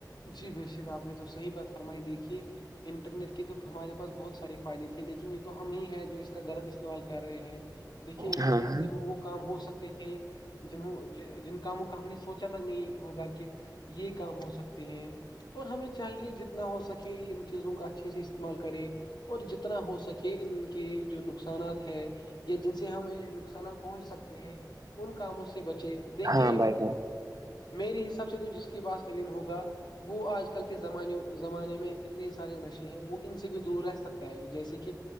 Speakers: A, on the left; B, on the right.
A: جی بے شک آپ نے تو صحیح بات فرمائی دییکھی انٹرنیٹ کے تو ہمارے پاس بہت سارے فائدے تھے لیکن یہ تو ہم ہی ہے جو اس کا غلط استعمال کر رہے ہیں دیکھیے انٹرنیٹ
B: ہاں ہاں
A: سے وہ وہ کام ہو سکتے تھے جنوں جن کاموں کا ہم نے سوچا تھاک نہیں ہوگا کہ یہ کام ہو سک ہیں اور ہمیں چاہیے جتنا ہو سکے ان چیزوں کا اچھے سے استعمال کرے اور جتنا ہو سکے ان کے جو نقصانات ہے یا جن سے ہمیں نقصانات پہنچ سکتے ہیں ان کاموں سے بچے دیکھیے
B: ہاں بھائی جان
A: میرے حساب سے تو جس کے پاس علم ہوگا وہ آج کل کے زمانے زمانے میں اتنے سارے نشے ہیں وہ ان سے بھی دور رہ سکتا ہے جیسے کہ